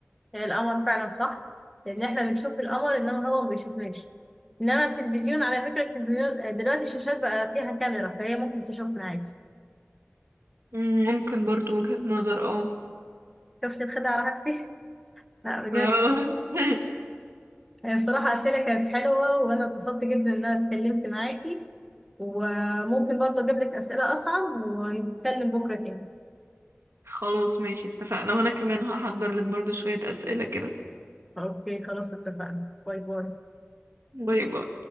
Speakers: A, in the centre; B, on the right.
A: هي القمر فعلا صح لان احنا بنشوف القمر انما هو ما بيشوفناش انما التلفزيون على فكرة التلفزيون آه، دلوقتي الشاشات بقى فيها كاميرا فهي ممكن تشوفنا عادي
B: مم، ممكن برضو وجهة نظر اه
A: شفت الخدعة راحت فين لا بجد
B: آه. <laughs>
A: هي بصراحة أسئلة كانت حلوة وأنا اتبسطت جدا إن أنا اتكلمت معاكي وممكن برضه أجيب لك أسئلة أصعب ونتكلم بكرة تاني
B: خلاص ماشي اتفقنا وانا كمان هحضر لك برضو شوية اسئلة كده
A: أوكي خلاص اتفقنا باي باي
B: باي باي